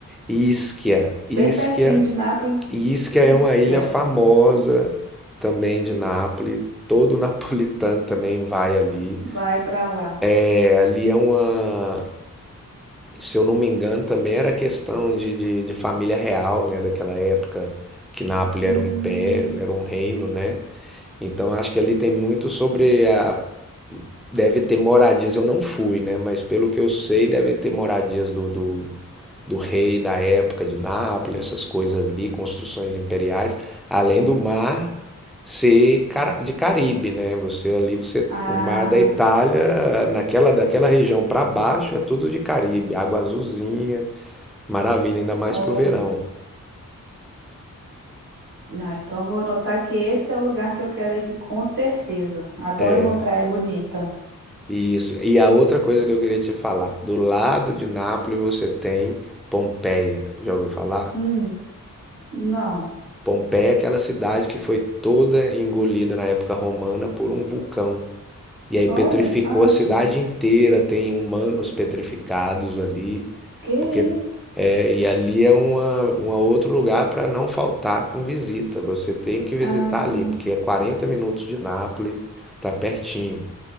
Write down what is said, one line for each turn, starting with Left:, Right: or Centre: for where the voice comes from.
Centre: Ischia, Ischia
Right: bem pertinho de Nápoles,
Centre: E isso que
Right: Ischia.
Centre: é uma ilha famosa também de Nápoles. <laughs> Todo napolitano também vai ali.
Right: Vai para lá.
Centre: É, ali é uma, se eu não me engano, também era questão de, de, de família real, né? Daquela época que Nápoles
Right: Hum,
Centre: era um império, era um reino, né? Então acho que ali tem muito sobre a. Deve ter moradias, eu não fui, né? Mas pelo que eu sei, devem ter moradias do, do, do rei da época de Nápoles, essas coisas ali, construções imperiais, além do mar ser cara- de Caribe, né? Você ali, você,
Right: ah,
Centre: o mar da Itália, naquela daquela região para baixo é tudo de Caribe, água azulzinha, maravilha, ainda mais
Right: olha.
Centre: pro verão.
Right: Ah, então eu vou anotar que esse é o lugar que eu quero ir com certeza. Adoro
Centre: É,
Right: uma praia bonita.
Centre: Isso. E a outra coisa que eu queria te falar, do lado de Nápoles você tem Pompeia. Já ouviu falar?
Right: Hum, não.
Centre: Pompeia é aquela cidade que foi toda engolida na época romana por um vulcão. E aí petrificou
Right: Olha, ah,
Centre: a
Right: achei.
Centre: cidade inteira, tem humanos petrificados ali,
Right: Que
Centre: porque
Right: isso?
Centre: é, e ali é uma, uma outro lugar para não faltar com visita. Você tem que visitar
Right: Ah,
Centre: ali, porque é 40 minutos de Nápoles, tá pertinho.